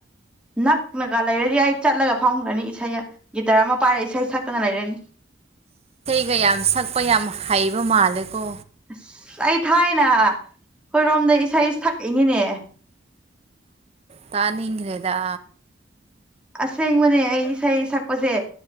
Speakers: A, in the centre; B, on the right.
A: ꯅꯛꯅꯒ ꯂꯩꯔꯗꯤ ꯑꯩ ꯆꯠꯂꯒ ꯐꯝꯒꯅꯤ ꯏꯁꯩ ꯒꯤꯇꯔ ꯑꯃ ꯄꯥꯏꯔꯦ ꯏꯁꯩ ꯁꯛꯇꯅ ꯂꯩꯔꯅꯤ
B: ꯒ ꯌꯥꯝ ꯁꯛꯄ ꯌꯥꯝ ꯍꯩꯕ ꯃꯥꯜꯂꯦꯀꯣ
A: ꯑꯁ ꯑꯩ ꯊꯥꯏꯅ ꯑꯩꯣꯏꯔꯣꯝꯗ ꯏꯁꯩ ꯁꯛꯏꯉꯅꯦ
B: ꯇꯅꯤꯤꯡ ꯍꯗꯥ
A: ꯑꯁꯦꯡꯕꯅꯦ ꯑꯩ ꯏꯁꯩ ꯁꯛꯄꯁꯦ